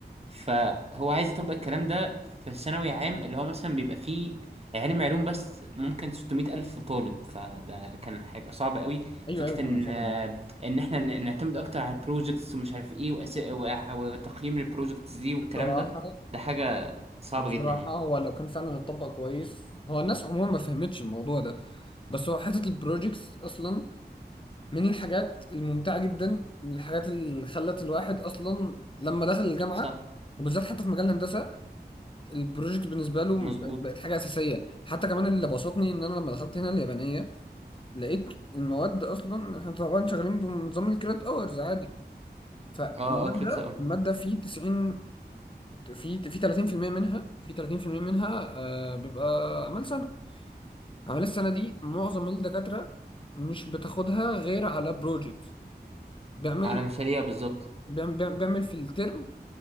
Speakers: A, on the right; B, on the left.
A: فهو عايز يطبق الكلام ده في ثانوي عام اللي هو مثلا بيبقى فيه علم علوم بس ممكن 600 ألف طالب فده كان هيبقى صعب قوي
B: ايوه
A: فكرة
B: ايوه تمام
A: إن
B: اتفضل يا جماعة.
A: إن إحنا ن- نعتمد أكتر على البروجكتس ومش عارف إيه وأس... وأ- وتقييم البروجكتس دي والكلام
B: بصراحه
A: ده ده حاجة صعبة
B: بصراحه
A: جدا يعني
B: هو لو كان فعلا اتطبق كويس هو الناس عموما ما فهمتش الموضوع ده بس هو حته البروجيكتس اصلا من الحاجات الممتعه جدا من الحاجات اللي خلت الواحد اصلا لما دخل الجامعه
A: صح
B: وبالذات حتى في مجال الهندسه البروجكت بالنسبه له
A: مظبوط
B: بقت بقت حاجه اساسيه حتى كمان اللي بسطني ان انا لما دخلت هنا اليابانيه لقيت المواد اصلا احنا طبعا شغالين بنظام الكريدت اورز عادي فالماده
A: أه أه كريت
B: الماده في 90 في في 30% منها في 30% منها آه بيبقى اعمال سنه اعمال السنه دي معظم الدكاتره مش بتاخدها غير على بروجكت بيعمل
A: على مشاريع بالظبط
B: بيعمل بيعمل في الترم